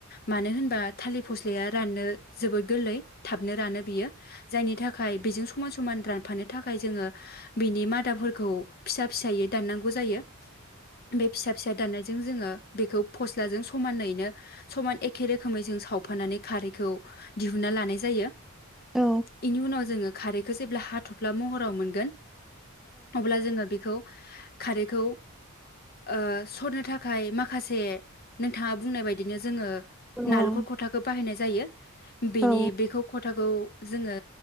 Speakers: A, on the left (about 45°); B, in the centre.
A: मानो होनबा थालिर फस्लाया राननो जोबोद गोरलै थाबनो रानो बियो जायनि था थाखाय बेजों समान समान रानफानो थाखाय जोङो बिनि मादाफोरखौ गौ फिसा फिसायै दाननांगौ जायो बे फिसा फिसा दाननाय जों जोङो बेखौ फस्लाजों समानैनो समान एखे रोखोमै जों सावफानानै खारैखौ दिहुनना लानाय जायो।
B: औ
A: इनि उनाव जोङो खारैखौ जेब्ला हाथफ्ला महराव मोनगोन अब्ला जोङो बेखौ खारैखौ ओ सरनो थाखाय माखासे नोंथाङा बुंनाय बायदिनो जोङो
B: औ
A: नालेंखर खथाखौ बाहायनाय जा जायो बेनि
B: औ
A: बेखौ खद। खथाखौ जोङो